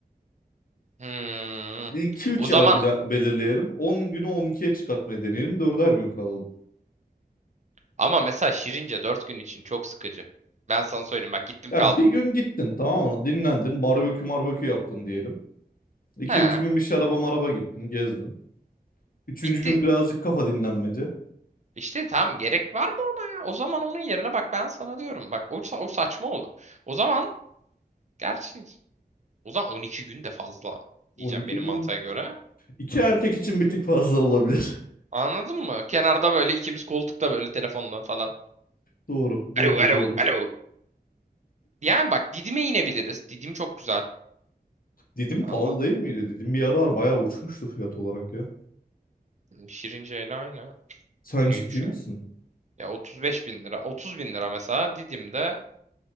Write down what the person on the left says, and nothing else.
Bir iki üç
yer bile- belirleyelim. on günü 12'ye çıkartmayı deneyelim. 4'er gün kalalım.
Ya
bir gün gittin tamam mı? Dinlendin. Barbekü marbekü yaptın diyelim. İkinci
gün bir şaraba maraba gittin. Gezdin. Üçüncü
gün birazcık kafa dinlenmece.
on
iki
gün.
İki erkek için bir tık fazla olabilir. <laughs>
Doğru, doğru,
doğru.
Didim
pahalı değil miydi? Didim bir aralar bayağı uçmuştu fiyat olarak ya.
Sen
ciddi misin?